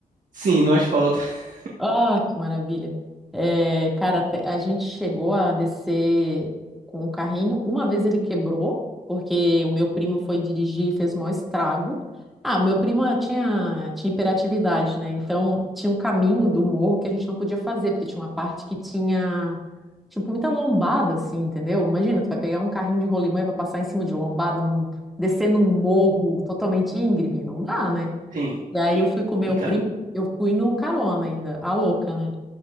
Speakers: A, on the right (about 65°); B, in the centre.
A: Sim, no asfalto. <laughs>
B: Ah, que maravilha. É, cara, te- a gente chegou a descer com o carrinho. Uma vez ele quebrou, porque o meu primo foi dirigir e fez o maior estrago. Ah, o meu primo ah, tinha, tinha hiperatividade, né? Então tinha um caminho do morro que a gente não podia fazer, porque tinha uma parte que tinha, tipo, muita lombada, assim, entendeu? Imagina, tu vai pegar um carrinho de rolimã e vai passar em cima de lombada, num- descer num morro totalmente íngreme. Não dá, né?
A: Sim,
B: E aí eu fui com
A: complicado.
B: meu primo, eu fui no carona ainda, a louca, né?